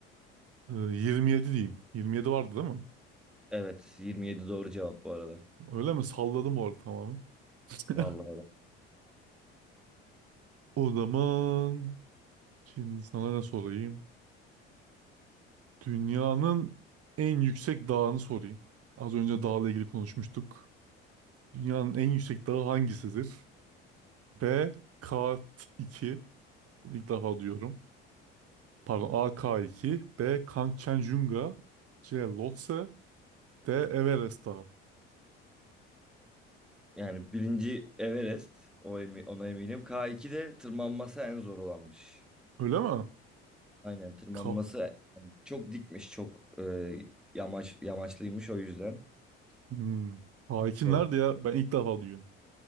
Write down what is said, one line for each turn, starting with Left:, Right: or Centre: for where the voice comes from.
Right: Ee, 27 diyeyim. 27 vardı değil mi?
Centre: Evet, 27 doğru cevap bu arada.
Right: Öyle mi? Salladım bu arada tamamen. <laughs>
Centre: Vallahi öyle.
Right: O zaman şimdi sana ne sorayım? Dünyanın en yüksek dağını sorayım. Az önce dağla ilgili konuşmuştuk. Dünyanın en yüksek dağı hangisidir? B. K2. Bunu ilk defa duyuyorum. Pardon A. K2. B. Kangchenjunga. C. Lhotse. D. Everest Dağı.
Centre: Yani birinci Everest, o emi- ona eminim. K2'de tırmanması en zor olanmış.
Right: Öyle mi?
Centre: Aynen tırmanması
Right: K.
Centre: yani çok dikmiş, çok e, yamaç yamaçlıymış o yüzden.
Right: Hmm. K2
Centre: Zor.
Right: nerede ya? Ben ilk defa duyuyorum.